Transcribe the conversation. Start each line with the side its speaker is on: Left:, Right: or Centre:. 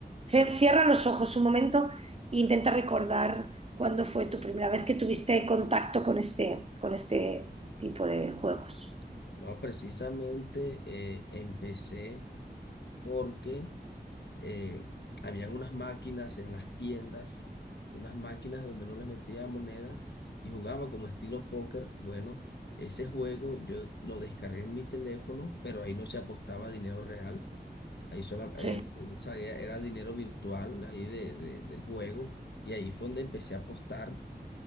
Right: Cie- Cierra los ojos un momento e intenta recordar cuándo fue tu primera vez que tuviste contacto con este, con este tipo de juegos.
Left: No, precisamente eh, empecé porque eh, habían unas máquinas en las tiendas, unas máquinas donde no le metía monedas y jugaba como estilo póker. Bueno, ese juego yo lo descargué en mi teléfono, pero ahí no se apostaba dinero real. Ahí solo,
Right: Sí.
Left: eh, salía era dinero virtual ahí de, de- del juego y ahí fue donde empecé a apostar